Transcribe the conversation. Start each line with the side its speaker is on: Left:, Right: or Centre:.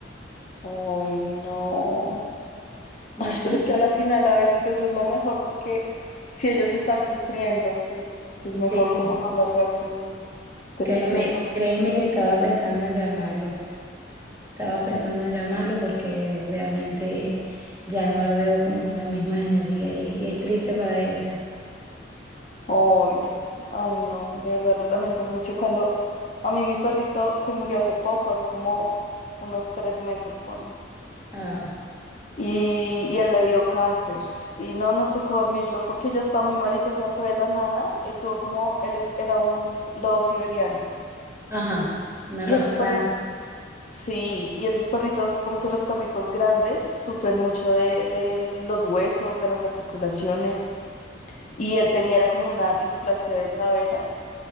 Left: Ay, no.
Right: Más-
Left: Ay, pero es que a la final a veces eso es lo mejor porque si ellos están sufriendo, pues es
Right: Sí,
Left: mejor como no alargar su tristeza.
Right: créeme, créeme que estaba pensando en llamarlo. Estaba pensando en llamarlo porque realmente ya no la veo con las mismas energías y, y es triste para ella, pues.
Left: Obvio. Ay, no, de verdad lo lamento mucho. Cuando a mí mi perrito se murió hace poco, hace como unos tres meses, pone.
Right: Ah,
Left: Y, y él le dio cáncer y no nos tocó dormirlo porque ya está muy malito, o sea, fue de la nada. Él tuvo como, él es- era un lobo siberiano.
Right: ajá, una
Left: Y
Right: raza
Left: esos perritos,
Right: grande.
Left: sí, y esos perritos, como que los perritos grandes sufren mucho de, de los huesos, de las articulaciones. Y él tenía, era como una displasia de cadera.